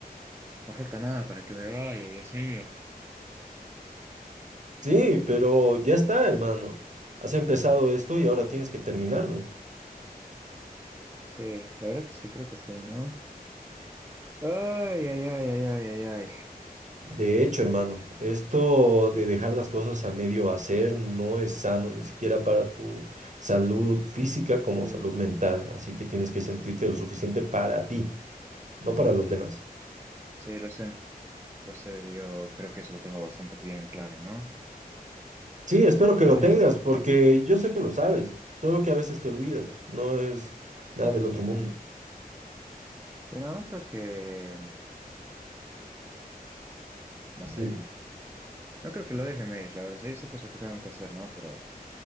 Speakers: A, on the right (about 15°); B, on the right (about 50°).
A: no falta nada para que me vaya, Dios mío.
B: Sí, pero ya está, hermano. Has empezado esto y ahora tienes que terminarlo.
A: Sí, la verdad que sí, creo que sí, ¿no? Ay, ay, ay, ay, ay, ay, ay.
B: De hecho, hermano, esto de dejar las cosas a medio hacer no es sano ni siquiera para tu salud física como
A: Sí,
B: salud mental, así que tienes que sentirte
A: sí,
B: lo suficiente para ti, no para los demás.
A: sí, lo sé, lo sé, yo creo que eso lo tengo bastante bien claro, ¿no?
B: Sí, espero que
A: Ay,
B: lo tengas, porque
A: amigo.
B: yo sé que lo sabes, solo que a veces te olvidas, no es nada del otro mundo.
A: Pero no, no creo que, no sé,
B: Dime.
A: no creo que lo deje a medias, la verdad, o sea, yo sé que es lo que tengo que hacer, ¿no? Pero